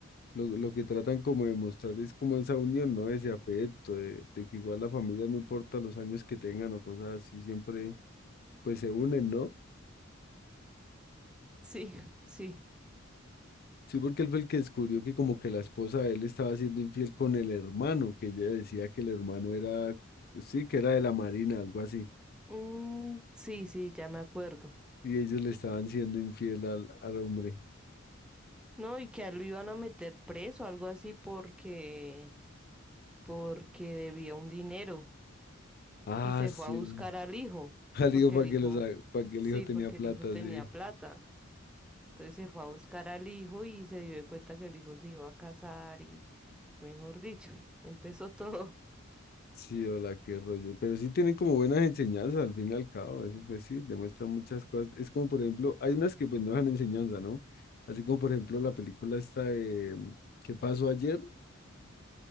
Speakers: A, on the left; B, in the centre.
A: lo, lo que tratan como de mostrar es como esa unión, ¿no? Ese afecto, de, de que igual la familia no importa los años que tengan o cosas así, siempre pues se unen, ¿no?
B: Sí, <laughs> sí.
A: Sí, porque él fue el que descubrió que como que la esposa de él estaba siendo infiel con el hermano, que ella decía que el hermano era, sí, que era de la marina, algo así,
B: Mm, sí, sí, ya me acuerdo.
A: y ellos le estaban siendo infiel al, al hombre.
B: No, y que a él lo iban a meter preso, algo así, porque, porque debía un dinero.
A: Ah,
B: Y se
A: sí.
B: fue a buscar
A: <laughs>
B: al hijo,
A: Al
B: porque
A: hijo para
B: el hijo,
A: que, los, para que
B: sí,
A: el hijo tenía
B: porque
A: plata,
B: el hijo tenía
A: sí.
B: plata. Entonces se fue a buscar al hijo y se dio de cuenta que el hijo se iba a casar y, mejor dicho, <laughs> empezó todo.
A: Sí, hola, qué rollo. Pero sí tienen como buenas enseñanzas al fin y al cabo. Eso pues sí, demuestra muchas cosas. Es como, por ejemplo, hay unas que pues no dejan enseñanza, ¿no? Así como, por ejemplo, la película esta de mm, ¿Qué pasó ayer?